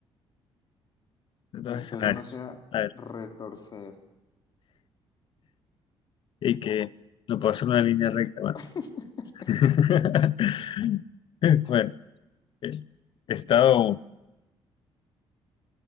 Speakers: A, on the left (about 60°); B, on the left (about 45°).
A: Dos
B: Espero
A: escenarios.
B: no sea
A: A ver,
B: retorcer.
A: y que no puedo hacer una línea recta. Bueno,
B: <laughs>
A: <laughs> bueno, eh, estado uno